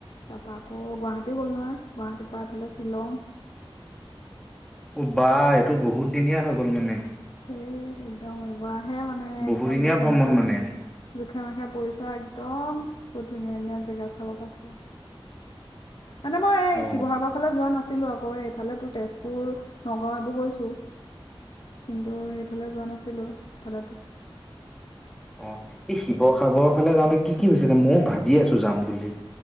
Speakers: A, on the left; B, in the centre.
A: তাৰপা আকৌ গুৱাহাটী গ'ল নহয় গুৱাহাটীৰ পৰা এইফালে শ্বিলং
B: অ বা এইটো বহুত দিনীয়া হৈ গ'ল মানে
A: এ একদম এইবাৰ হে মানে
B: বহুদিনীয়া
A: একদম জোখে
B: ভ্ৰমণ
A: মাখে
B: মানে।
A: জোখে মাখে পৰিচয় একদম বহুত ধুনীয়া ধুনীয়া জেগা চাব পাৰিছোঁ মানে মই এই
B: অ
A: শিৱসাগৰ ফালে যোৱা নাছিলো আ কয় এইফালেতো তেজপুৰ নগাঁও এইবোৰ গৈছোঁ কিন্তু সেইফালে যোৱা নাছিল। আছিলোঁ সেই ফালেতো
B: অ এই শিৱসাগৰ ফালে যাওঁতে কি কি হৈছিলে ভাবি আছিলোঁ ময়ও ভাবি আছো যাম বুলি